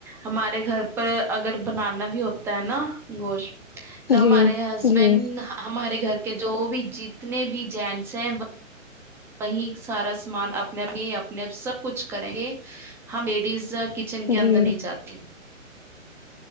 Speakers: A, in the centre; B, on the left.
A: ہمارے گھر پر اگر بنانا بھی ہوتا ہے نا گوشت تو
B: جی
A: ہمارے ہسبینڈ
B: جی
A: ہمارے گھر کے جو بھی جتنے بھی جینٹس ہیں وہیں سارا سامان اپنے اپنے سب کچھ کریں گے ہم لیڈیز کچن کے اندر
B: جی
A: نہیں جاتی